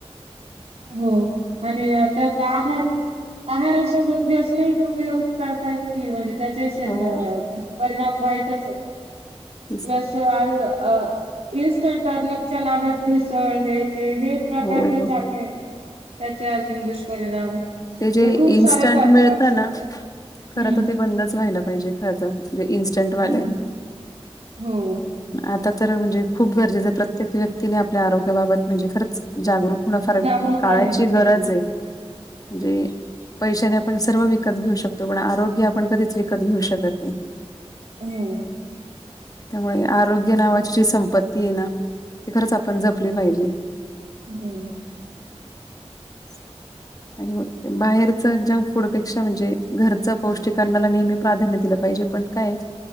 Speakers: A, on the right; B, on the left.
A: हो आणि त्यात आहार आहारासोबत व्यसन हि लोकं एवढी करतायेत की म्हणजे त्याच्या शरण
B: हो
A: म्हणजे परिणाम वाईटच आहे
B: तेच
A: प्लस
B: ना.
A: आयु अ.. इन्स्टंट अर्निंगच्या नादात भेसळ हे ते हे प्रकार
B: हो
A: जे चालले त्याचे अजून दुष्परिणाम
B: ते जे
A: खूप
B: इन्स्टंट
A: सारे फॅक्टर्स
B: मिळत
A: आहे.
B: ना! खरं
A: हम्म
B: त ते बंदच व्हायला पाहिजे खरं त जे इन्स्टंटवालंए.
A: हो हो.
B: आता तर म्हणजे खूप गरजेचं ए. प्रत्येक व्यक्तीने आपल्या आरोग्याबाबत म्हणजे खरंच जागरूक होणं फार
A: जागरूक
B: काळाची
A: राहायला पाहिजे.
B: गरज ए म्हणजे पैशाने आपण सर्व विकत घेऊ शकतो पण आरोग्य आपण कधीच विकत घ्यूऊ शकत नाही.
A: हम्म!
B: त्यामुळे आरोग्य नावाची जी संपत्ती ए ना, ती खरंच आपण जपली पाहिजे.
A: हो.
B: <unintelligible> आणि म बाहेरच जंक फूडपेक्षा म्हणजे घरचं पौष्टिक अन्नाला नेहमी प्राधान्य दिलं पाहिजे. हे जे पण काय